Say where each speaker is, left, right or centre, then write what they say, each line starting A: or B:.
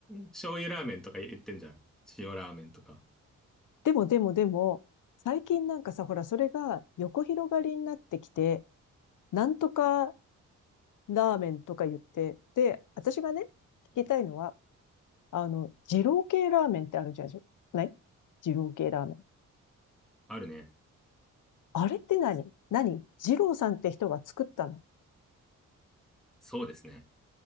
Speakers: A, in the centre; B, on the left (about 75°).
A: 醤油ラーメンとか言ってんじゃん。塩ラーメンとか。
B: でもでもでも、最近なんかさ、ほら、それが横広がりになってきて、なんとかラーメンとか言って、で、私がね、聞きたいのは、あの、二郎系ラーメンってあるじゃん、ない二郎系ラーメン。
A: あるね。
B: あれって何何二郎さんって人が作ったの
A: そうですね。